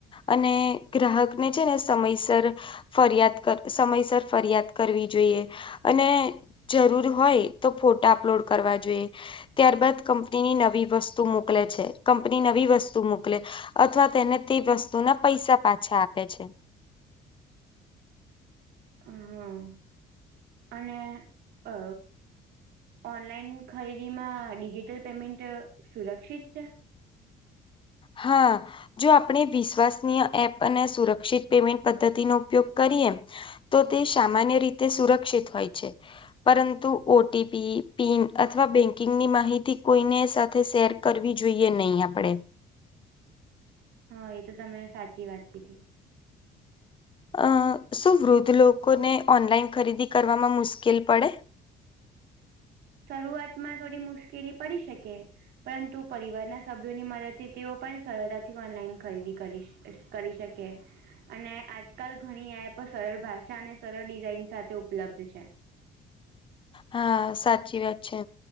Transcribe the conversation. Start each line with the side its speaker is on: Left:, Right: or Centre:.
Left: અને ગ્રાહકને છે ને સમયસર ફરિયાદ સમયસર ફરિયાદ કરવી જોઈએ. અને જરૂર હોય તો ફોટા અપલોડ કરવા જોઈએ. ત્યારબાદ કંપનીની નવી વસ્તુ મોકલે છે કંપની નવી વસ્તુ મોકલે. અથવા તેને તે વસ્તુ ના પૈસા પાછા આપે છે.
Right: હા અને અ. ઓનલાઈન ખરીદીમાં ડિજિટલ પેમેન્ટ સુરક્ષિત છે.
Left: હા. જો આપણે વિશ્વાસનીય એપ અને સુરક્ષિત પેમેન્ટ પદ્ધતિનો ઉપયોગ કરીએ. તો તે સામાન્ય રીતે સુરક્ષિત હોય છે. પરંતુ ઓટીપી પિન અથવા બેંકિંગની માહિતી કોઈને સાથે શેર કરવી જોઈએ નહી આપણેે.
Right: હા એ તો તમે સાચી વાત કીધી.
Left: અ શું વૃદ્ધ લોકોને ઓનલાઈન ખરીદી કરવામાં મુશ્કેલ પડે.
Right: શરૂઆતમાં થોડી મુશ્કેલી પડી શકે. પરંતુ પરિવારના સભ્યોની મદદથી તેઓ પણ સરળતાથી ઓનલાઈન ખરીદી કરીશ. કરી શકે. અને આજકાલ ઘણી એપ સરળ ભાષા અને સરળ ડિઝાઇન સાથે ઉપલબ્ધ છે.
Left: હા સાચી વાત છે.